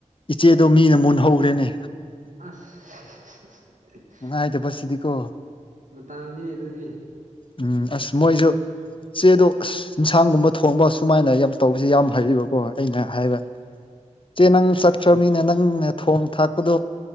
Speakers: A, on the left (about 45°); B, on the right (about 80°).
A: ꯏꯆꯦꯗꯣ ꯃꯤꯅ ꯃꯨꯟ ꯍꯧꯧꯈ꯭ꯔꯦꯅꯦ
B: ꯑꯁ
A: ꯅꯨꯡꯉꯥꯏꯇꯕ ꯁꯤꯗꯤꯀꯣ
B: ꯃꯇꯥꯅꯤꯅꯦ ꯑꯗꯨꯗꯤ
A: ꯎꯝ ꯑꯁ ꯃꯣꯏꯁꯨ ꯆꯦꯗꯣ ꯑꯁ ꯏꯟꯁꯥꯡꯒꯨꯝꯕ ꯊꯣꯡꯕ ꯁꯨꯃꯥꯏꯅ ꯌꯥꯝ ꯇꯧꯕꯁꯤ ꯌꯥꯝ ꯍꯩꯕꯀꯣ ꯑꯩꯅ ꯍꯥꯏꯕ ꯆꯦ ꯅꯪ ꯆꯠꯈ꯭ꯔꯕꯅꯤꯅꯦ ꯅꯪꯅꯦ ꯊꯣꯡ ꯊꯥꯛꯄꯗꯣ